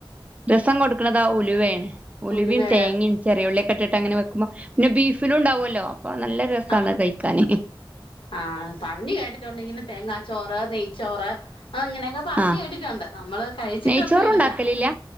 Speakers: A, on the right; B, on the left.
A: രസം കൊടുക്ക്‌ണത് ആ ഉലുവേണ് ഉലുവിം
B: ഉലുവേടെ
A: തേങ്ങ്യിം ചെറിയ ഉള്ളിയെക്കെ ഇട്ട്ട്ട് അങ്ങനെ വെക്കുമ്പോ പിന്നെ ബീഫിലും ഇണ്ടാവൊല്ലോ അപ്പൊ നല്ല രസാണ്
B: ആഹ്
A: അഹ് കഴിക്കാന്
B: ആഹ് പറഞ്ഞ് കേട്ടിട്ടുണ്ട് ഇങ്ങനെ തേങ്ങാച്ചോറ് നെയ്ച്ചോറ് അങ്ങനെയൊക്കെ പറഞ്ഞ്
A: ആഹ്
B: കേട്ടിട്ടുണ്ട് നമ്മള് കഴിച്ചിട്ടൊന്നു
A: നെയ്ച്ചോറുണ്ടാക്കലില്ല
B: ഇല്ല